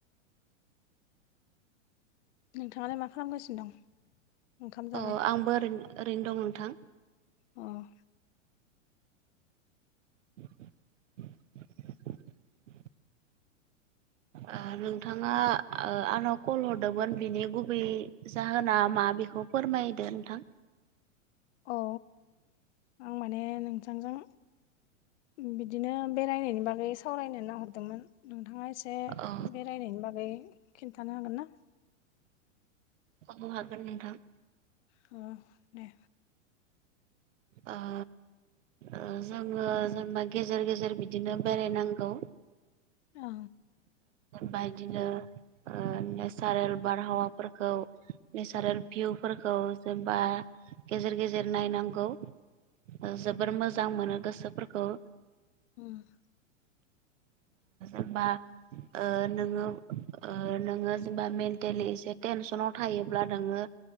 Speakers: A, on the left; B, on the right.
A: नोंथाङालाय मा खालामगासिनो? दं ओंखाम जाबाय
B: अ आंबो ओरै ओरैनो दं नोंथां।
A: अ'
B: <inaudible> आ नोंथाङा ओ आंनाव कल हरदोंमोन बिनि गुबै जाहोना मा बेखौ फोरमायदो नोंथां
A: औ आं माने नोंथांजों बिदिनो बेरायनायनि बागै सावरायनो नो नाहरदोंमोन नोंथाङा एसे एसे
B: औ
A: बेरायनायनि बागै खिन्थानो हागोन ना
B: अ हागोन नोंथां।
A: अ दे
B: ओ ओ जोङो जेनेबा गेजेर गेजेर बिदिनो बेरायनांगौ।
A: अ
B: बायदिनो ओ नेसारेल बारहावाफोरखौ नेचारेल भिउफोरखौ जेनबा गेजेर गेजेर नायनांगौ ओ जोबोर मोज मोजां मोनो गोसोफोरखौ।
A: उ <inaudible>
B: ओ बा ओ नोङो ओ नोङो जेबा मेन्टेलि एसे टेनसनाव थायोब्ला नोङो